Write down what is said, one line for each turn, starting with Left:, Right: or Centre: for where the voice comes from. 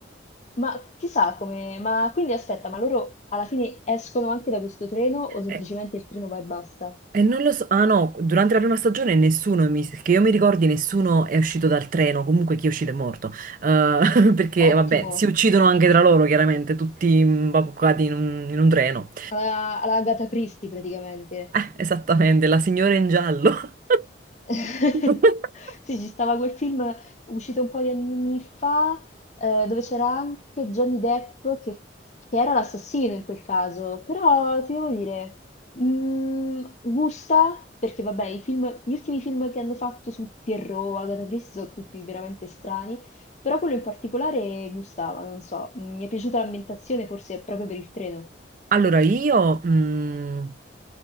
Left: Ma chissà come... Ma quindi aspetta, ma loro alla fine escono anche da questo treno o semplicemente
Right: E,
Left: il treno va e basta?
Right: e non lo so. Ah no, durante la prima stagione nessuno, mi, che io mi ricordi, nessuno è uscito dal treno. Comunque chi è uscito è morto. Eh, <laughs> perché,
Left: Ottimo,
Right: vabbè, si uccidono anche tra loro, chiaramente, tutti imbabuccati in un, in un treno.
Left: alla, alla Agatha Christie praticamente.
Right: Eh, esattamente, la signora in giallo.
Left: <laughs>
Right: <laughs>
Left: Sì, ci stava quel film uscito un po' di anni fa, eh, dove c'era anche Johnny Depp che, che era l'assassino in quel caso, però ti devo dire, mm, gusta, perché vabbè, i film- gli ultimi film che hanno fatto su Pierrot, Agatha Christie, sono tutti veramente strani, però quello in particolare gustava, non so, mm, mi è piaciuta l'ambientazione forse proprio per il treno.
Right: Allora, io... mm,